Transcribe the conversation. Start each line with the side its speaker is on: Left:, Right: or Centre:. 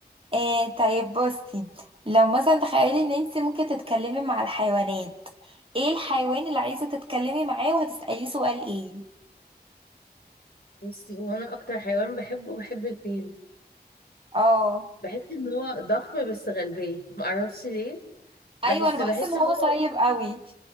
Right: آه طيب بصي لو مثلا تخيلي ان انت ممكن تتكلمي مع الحيوانات ايه الحيوان اللي عايزة تتكلمي معاه وهتسأليه سؤال ايه
Left: بصي هو أنا أكتر حيوان بحبه بحب الفيل
Right: اه
Left: بحس ان هو ضخم بس غلبان معرفش ليه بحس
Right: ايوه انا بحس
Left: بحس
Right: ان هو
Left: ان هو
Right: طيب قوي